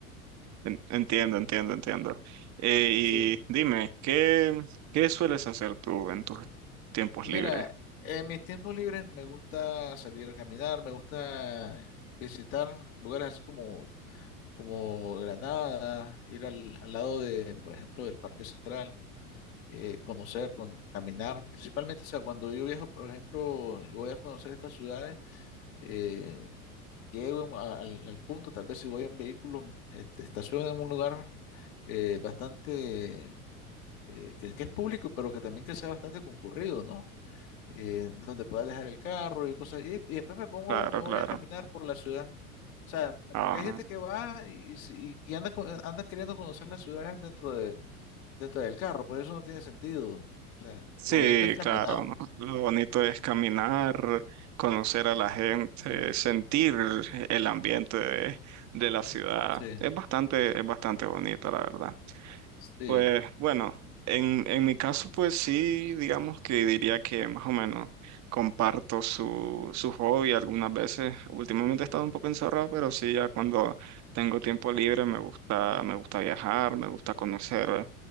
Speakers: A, on the right (about 40°); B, on the left (about 65°).
A: en- entiendo, entiendo, entiendo. Eh, y
B: sí,
A: dime, ¿qué, qué sueles hacer tú en tus tiempos
B: mira,
A: libres?
B: en mis tiempos libres me gusta salir a caminar, me gusta visitar lugares así como... como Granada, ir al, al lado de, por ejemplo, del Parque Central. eh, conocer, con, caminar, principalmente, o sea, cuando yo viajo, por ejemplo, y voy a conocer estas ciudades, eh, llego a- al, al punto, tal vez si voy en vehículo, mm, este, estaciono en un lugar eh, bastante, eh, que, que es público, pero que también que sea bastante concurrido, ¿no? Eh, donde pueda dejar el carro y cosas, y, y después me pongo,
A: Claro,
B: me voy
A: claro.
B: a caminar por la ciudad. O sea,
A: Ah.
B: porque hay gente que va y, si- y que anda, con- anda queriendo conocer las ciudades dentro de dentro del carro, pues eso no tiene sentido. O sea,
A: Sí,
B: lo bonito es caminar.
A: claro, ¿no? Lo bonito es caminar, conocer a la gente, sentir el ambiente de, de la ciudad.
B: Sí,
A: Es bastante, es bastante bonito, la verdad.
B: sí.
A: Pues bueno, en, en mi caso, pues sí, digamos que diría que más o menos comparto su, su hobby algunas veces. Últimamente he estado un poco encerrado, pero sí, ya cuando tengo tiempo libre me gusta, me gusta viajar, me gusta conocer